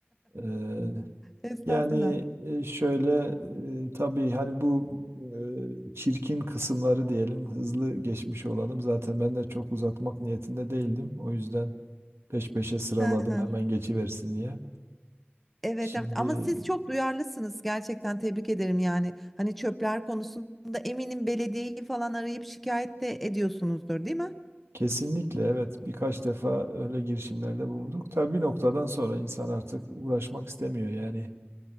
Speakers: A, on the right (about 85°); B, in the centre.
A: Eee,
B: Estağfurullah.
A: yani e, şöyle e, tabii hani bu e, çirkin kısımları diyelim hızlı geçmiş olalım. Zaten ben de çok uzatmak niyetinde değildim. O yüzden peş peşe sıraladım
B: Hı hı.
A: hemen geçiversin diye.
B: Evet,
A: Şimdi
B: evet ama siz çok duyarlısınız gerçekten tebrik ederim yani. Hani çöpler konusunda eminim belediyeyi falan arayıp şikayet de ediyorsunuzdur değil mi?
A: Kesinlikle evet. Birkaç defa öyle girişimlerde bulunduk. Tabii bir noktadan sonra insan artık uğraşmak istemiyor. Yani